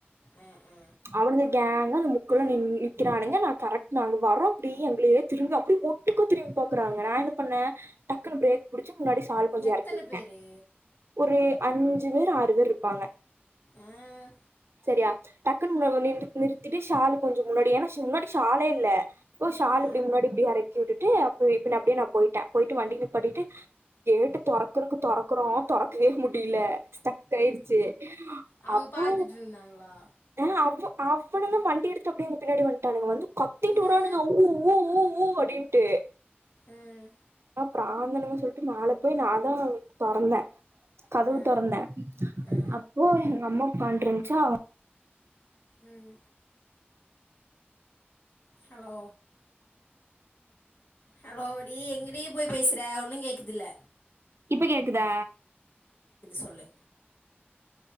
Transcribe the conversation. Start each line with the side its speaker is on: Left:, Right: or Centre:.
Left: ஆ ஆ
Right: அவனுங் கேங்கா அந்த முக்குலா நிக்குரானுங்க நாங்க வரோம் எங்கலயே ஒட்டுக திரும்பி பாறாங்க ந என்ன பண்னேன் டக்குனு ப்ரேக் முன்னாடி சால் கொஞ்சம்
Left: எத்தன
Right: இறக்கிவிட்டேன்
Left: பேரு
Right: ஒரு அஞ்சு பேர் ஆறு பேர் இருப்பாங்க
Left: ஆஹ்
Right: <unintelligible> டக்கு நிறு நிறுத்திட்டு ஷால் கொஞ்சோ முன்னாடி ஏன்னா முன்னாடி ஷாலே இல்ல இப்போ ஷால்
Left: ஆ
Right: இப்டி முன்னாடி இப்டி இறக்கி விட்டு அப்ப இப்டினு அப்டியே நான் போயிட்டேன் போயிட்டு வண்டி பட்டிட்டு கேட்டு தொறக்கறக்கு தொறக்கறோ பிரேக் பிடிக்கவே முடியல ஸ்டக் ஆயிருச்சு
Left: அவங்க
Right: அப்போ
Left: பாத்துட்டு இருந்தாங்களா
Right: ஹம் அ அவனுங்க வண்டி எடுத்து அப்படிய எங்க பின்னாடி வந்துட்டானுங்க வந்து கத்திட்டு
Left: ஆ
Right: வறானுங்க ஊ ஊ ஊ ஊ அப்டின்ட்டு
Left: உம்
Right: தாழ்ந்தணும்ங்கு சொல்லிட்டு மேல போய் நான் தான் தொறந்தேன் கதவு
Left: ஆ
Right: தொறந்தேன்
Left: ஆ
Right: அப்போ எங்க அம்மா உட்காண்டுருந்துச்சா அவ
Left: உம் ஹலோ ஹலோ அடியே எங்கடி போய் பேசுற ஒன்னும்மே கேக்கல
Right: இப்ப கேக்குதா
Left: சொல்லு